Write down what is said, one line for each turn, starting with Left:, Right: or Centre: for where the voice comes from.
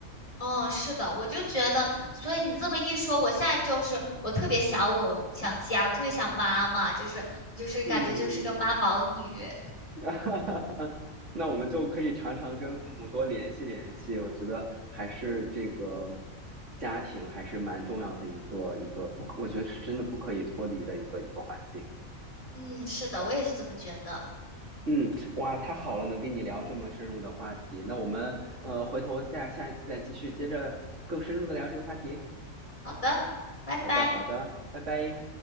Left: 嗯，是的，我就觉得，所以你这么一说，我现在就是我特别想我想家，我特别想妈妈，就是就是感觉就是个妈宝女。
Right: 嗯，<laughs> 那我们就可以常常跟父母多联系联系，我觉得还是这个家庭还是蛮重要的一个一个不可，我觉得是真的不可以脱离的一个一个环境。
Left: 嗯，是的，我也是这么觉得。
Right: 嗯，哇，太好了，能跟你聊这么深入的话题。那我们呃回头再下一次再继续接着更深入的聊这个话题。
Left: 好的，拜拜。
Right: 好的，好的，拜拜。